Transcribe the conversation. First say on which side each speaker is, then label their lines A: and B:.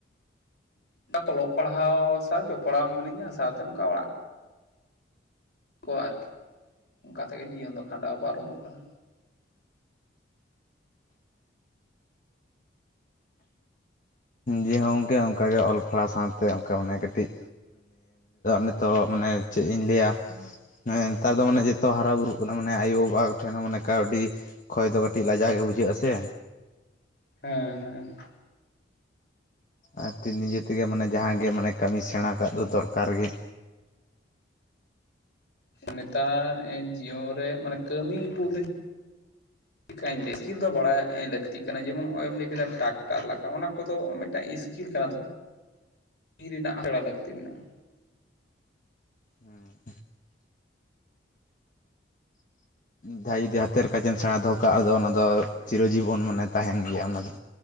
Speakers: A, on the left; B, on the left.
A: ᱚᱞᱚᱜ ᱯᱟᱲᱦᱟᱣ ᱥᱟᱶ ᱡᱚᱯᱲᱟᱣ ᱢᱤᱱᱟᱹᱧᱟ ᱥᱟᱶᱛᱮ ᱱᱚᱝᱠᱟ ᱚᱲᱟᱜ ᱠᱚ ᱟᱨᱠᱤ ᱚᱱᱠᱟ ᱛᱮᱜᱮ ᱡᱤᱭᱚᱱ ᱫᱚ ᱠᱷᱟᱸᱰᱟᱣ ᱯᱟᱨᱚᱢᱚᱜ ᱠᱟᱱᱟ᱾
B: ᱡᱮ ᱦᱚᱸᱚᱝᱠᱮ ᱚᱱᱠᱟᱜᱮ ᱚᱞ ᱯᱟᱲᱦᱟᱣ ᱥᱟᱶᱛᱮ ᱚᱱᱠᱟ ᱢᱟᱱᱮ ᱠᱟᱹᱴᱤᱡ ᱱᱤᱛᱚᱜ ᱢᱟᱱᱮ ᱪᱮᱫ ᱤᱧ ᱞᱟᱹᱭᱟ ᱦᱮᱸ ᱱᱮᱛᱟᱨ ᱫᱚ ᱢᱟᱱᱮ ᱡᱚᱛᱚ ᱦᱟᱨᱟ ᱵᱩᱨᱩᱜ ᱠᱟᱱᱟ, ᱢᱟᱱᱮ ᱟᱭᱳ-ᱵᱟᱵᱟ ᱴᱷᱮᱱ ᱦᱚᱸ ᱢᱟᱱᱮ ᱠᱟᱹᱣᱰᱤ ᱠᱷᱚᱭ ᱫᱚ ᱠᱟᱹᱴᱤᱡ ᱞᱟᱡᱟᱣ ᱜᱮ ᱵᱩᱡᱷᱟᱹᱜ ᱟᱥᱮ
A: ᱦᱮᱸ, ᱦᱮᱸ᱾
B: ᱟᱨ ᱱᱤᱡᱮ ᱛᱮᱜᱮ ᱢᱟᱱᱮ ᱡᱟᱦᱟᱸ ᱜᱮ ᱢᱟᱱᱮ ᱠᱟᱹᱢᱤ ᱥᱮᱬᱟ ᱠᱟᱜ ᱫᱚ ᱫᱚᱨᱠᱟᱨ ᱜᱮ᱾
A: ᱱᱮᱛᱟᱨ ᱡᱤᱭᱚᱱ ᱨᱮ ᱢᱟᱱᱮ ᱠᱟᱹᱢᱤ ᱵᱚᱞᱛᱮ ᱪᱮᱫ ᱞᱮᱠᱟᱭ ᱞᱟᱹᱭ ᱤᱥᱠᱤᱞ ᱫᱚ ᱵᱟᱲᱟᱭ ᱞᱟᱹᱠᱛᱤᱜ ᱠᱟᱱᱟ ᱡᱮᱢᱚᱱ ᱱᱚᱜ ᱚᱭ ᱮᱢ ᱞᱟᱹᱭ ᱠᱮᱫᱟ ᱴᱟᱠᱴᱟᱨ ᱞᱟᱜᱟᱣ ᱚᱱᱟ ᱠᱚᱫᱚ ᱢᱤᱫᱴᱟᱝ ᱤᱥᱠᱤᱞ ᱠᱟᱱᱟ᱾ ᱛᱤ ᱨᱮᱱᱟᱜ ᱛᱚᱷᱲᱟ ᱞᱟᱹᱠᱛᱤ ᱢᱮᱱᱟᱜᱼᱟ᱾
B: ᱦᱮᱸ᱾ ᱡᱟᱦᱟᱸᱭ ᱡᱩᱫᱤ ᱦᱟᱛᱮᱨ ᱠᱟᱡ ᱥᱮᱬᱟ ᱫᱚᱦᱚ ᱠᱟᱜᱼᱟ, ᱟᱫᱚ ᱚᱱᱟ ᱫᱚ ᱪᱤᱨᱚᱡᱤᱵᱚᱱ ᱢᱟᱱᱮ ᱛᱟᱦᱮᱱ ᱜᱮᱭᱟ ᱚᱱᱟ ᱫᱚ᱾